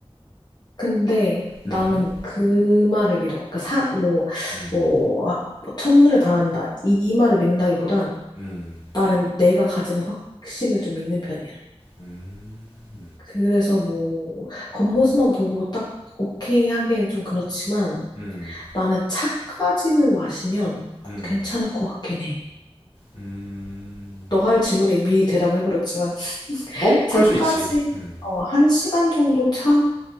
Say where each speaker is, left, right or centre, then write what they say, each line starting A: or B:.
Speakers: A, on the left; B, on the left.
A: 근데 나는
B: 음.
A: 그 말을 믿어. 그러니까 사뭐뭐
B: 음.
A: 아, 뭐 첫눈에 반한다 이, 이 말을 믿는다기보단
B: 음.
A: 나는 내가 가지는 확신을 좀 믿는 편이야.
B: 음.
A: 그래서 뭐 겉모습만
B: 음.
A: 보고 딱 오케이 하기에는 좀 그렇지만
B: 음,
A: 나는 차까지는 마시면
B: 음,
A: 괜찮을 것 같긴 해.
B: 음. 음.
A: 너가 할 질문에 미리 대답을 해버렸지만
B: 뭐, 그럴
A: 차까지
B: 수 있지. 음,
A: 어, 한 시간 정도 차